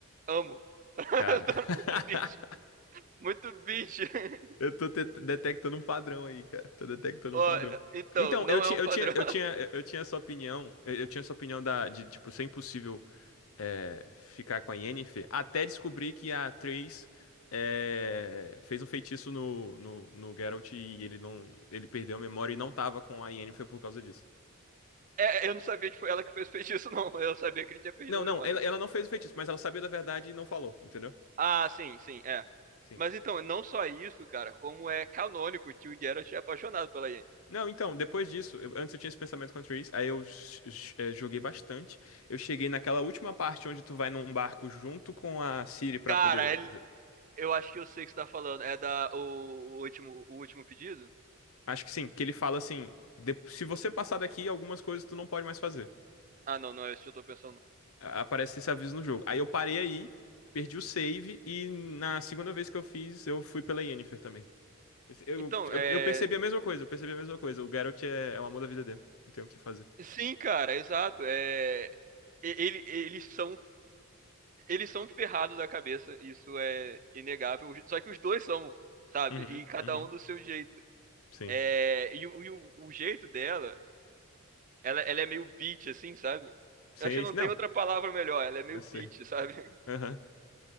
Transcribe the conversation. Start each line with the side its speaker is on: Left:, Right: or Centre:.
Right: Amo. <laughs>
Left: Cara, <laughs>
Right: Muito bitch. Muito bitch. <laughs>
Left: eu tô te- detectando um padrão aí, cara. Tô detectando
Right: Ó,
Left: um padrão.
Right: então,
Left: Então,
Right: não
Left: eu tinha,
Right: é um
Left: eu
Right: padrão.
Left: tinha, eu
Right: <laughs>
Left: tinha, eu tinha essa opinião, eu, eu tinha essa opinião da, de, tipo, ser impossível é, ficar com a Yennefer, até descobrir que a Triss é, fez um feitiço no, no, no Geralt e ele não, ele perdeu a memória e não tava com a Yennefer por causa disso.
Right: É, eu não sabia que foi ela que fez o feitiço, não. Eu sabia que ele tinha perdido
Left: Não,
Right: a memória.
Left: não, ela, ela não fez o feitiço, mas ela sabia da verdade e não falou, entendeu?
Right: Ah, sim, sim, é.
Left: Sim.
Right: Mas então, não só isso, cara, como é canônico que o Geralt é apaixonado pela Yennefer.
Left: Não, então, depois disso, eu- antes eu tinha esse pensamento contra o Reese, aí eu j- j- eh, joguei bastante. Eu cheguei naquela última parte onde tu vai num barco junto com a Ciri pra
Right: Cara,
Left: poder.
Right: ele-
Left: j-
Right: eu acho que eu sei o que você tá falando. É da o, o último, o último pedido?
Left: Acho que sim, que ele fala assim: "De- se você passar daqui, algumas coisas tu não pode mais fazer.
Right: Ah, não, não é esse que eu tô pensando. Não.
Left: A- Aparece esse aviso no jogo. Aí eu parei aí, perdi o save, e na segunda vez que eu fiz, eu fui pela Yennefer também. Eu,
Right: Então,
Left: eu,
Right: é.
Left: eu percebi a mesma coisa, eu percebi a mesma coisa. O Geralt é, é o amor da vida dele. Não tem o que fazer.
Right: Sim, cara, exato. É... e- Ele, eles são, eles são ferrados da cabeça, isso é inegável. Só que os dois são, sabe?
Left: Uhum,
Right: E cada
Left: uhum,
Right: um do seu jeito.
Left: sim.
Right: É... E, o, e o- o jeito dela, ela, ela é meio bitch, assim, sabe?
Left: Sei,
Right: Eu acho que não
Left: não,
Right: tem outra palavra melhor, ela é meio
Left: eu sei.
Right: bitch, <laughs> sabe?
Left: <laughs>